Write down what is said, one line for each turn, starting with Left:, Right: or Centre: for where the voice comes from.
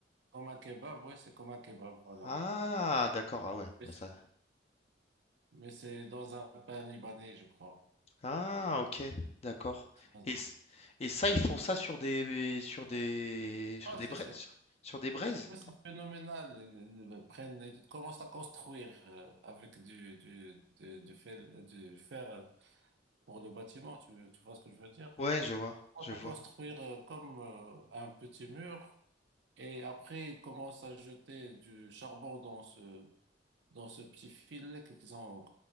Right: Comme un kebab, oui, c'est comme un kebab, voilà.
Left: Ah d'accord, ah ouais,
Right: Mais
Left: bah
Right: c'est
Left: ça
Right: mais c'est dans un pain libanais, je crois.
Left: ah OK, d'accord
Right: C'est dans
Left: et
Right: un...
Left: ç et ça, ils font ça sur des sur des sur
Right: Ah,
Left: des
Right: c'est
Left: braises
Right: c'est-
Left: sur sur des braises?
Right: Oui, c'est phénoménal. Ils ils prennent, ils commencent à construire euh, avec du, du, du, du fel- du fer euh, pour le bâtiment. Tu, tu vois ce que je veux dire?
Left: Ouais, je vois,
Right: Ils
Left: je
Right: commencent
Left: vois.
Right: à construire euh, comme euh, un petit mur et après ils commencent à jeter du charbon dans ce, dans ce petit filet qu'ils ont,